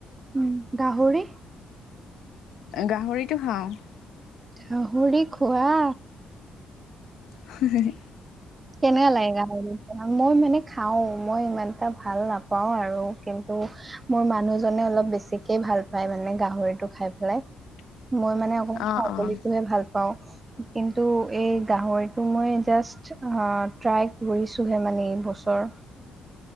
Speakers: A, on the right (about 25°); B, on the left (about 85°).
A: উম, গাহৰি
B: গাহৰিটো খাওঁ।
A: গাহৰি খোৱা
B: হয়।
A: কেনেকা লাগে গাহৰি খাই মই মানে খাও মই ইমান এটা ভাল নাপাওঁ আৰু, কিন্তু মোৰ মানুহজনে অলপ বেছিকে ভাল ভাল পাই মানে গাহৰিটো খাই পেলাই।
B: <inaudible>
A: মই মানে অকমান
B: অ',
A: ছাগলীটোহে
B: অ',
A: ভাল পাওঁ কিন্তু এই গাহৰিটো মই জাষ্ট অ', ট্ৰাই কৰিছো হে মানে এই বছৰ।